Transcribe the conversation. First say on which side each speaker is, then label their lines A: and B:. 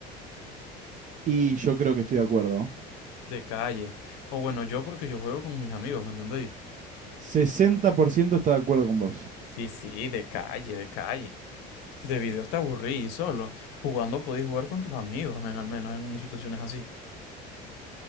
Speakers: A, on the right; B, on the left.
A: Y yo creo que estoy de acuerdo.
B: de calle. O bueno, yo porque yo juego con mis amigos, ¿me entendéis?
A: 60% está de acuerdo con vos.
B: Sí, sí, de calle, de calle. De video está aburrido y solo. Jugando podéis jugar con tus amigos, men, al menos en unas situaciones así.